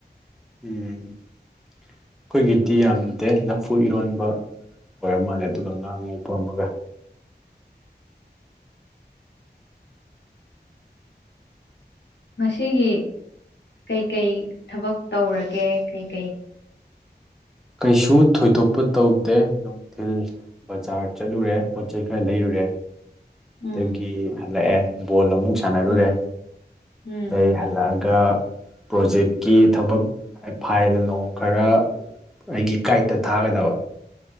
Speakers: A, in the centre; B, on the left.
A: ꯎꯝ ꯑꯩꯈꯣꯏꯒꯤꯗꯤ ꯌꯥꯝꯗꯦ ꯂꯐꯨ ꯏꯔꯣꯟꯕ ꯑꯣꯏꯔ ꯃꯥꯜꯂꯦ ꯑꯗꯨꯒꯥ ꯉꯥ ꯉꯧꯕ ꯑꯃꯒꯥ
B: ꯉꯁꯤꯒꯤ ꯀꯩꯀꯩ ꯊꯕꯛ ꯇꯧꯔꯒꯦ ꯀꯩꯀꯩ
A: ꯀꯩꯁꯨ ꯊꯣꯏꯗꯣꯛꯄ ꯇꯧꯗꯦ ꯅꯨꯡꯊꯤꯜ ꯕꯖꯥꯔ ꯆꯠꯂꯨꯔꯦ ꯄꯣꯠ ꯆꯩꯩ ꯈꯔ ꯂꯩꯔꯨꯔꯦ
B: ꯎꯝ
A: ꯑꯗꯥꯒꯤ ꯍꯜꯂꯛꯑꯦ ꯕꯣꯜ ꯑꯃꯨꯛ ꯁꯥꯟꯅꯔꯨꯔꯦ
B: ꯎꯝ ꯎꯝ
A: ꯑꯗꯩ ꯍꯜꯂꯛꯑꯒꯥ ꯄ꯭ꯔꯣꯖꯦꯛꯀꯤ ꯊꯕꯛ ꯐꯥꯏꯜ ꯅꯣꯡ ꯈꯔ ꯑꯩꯒꯤ ꯒꯥꯥꯏꯠꯇꯥ ꯊꯥꯒꯗꯕ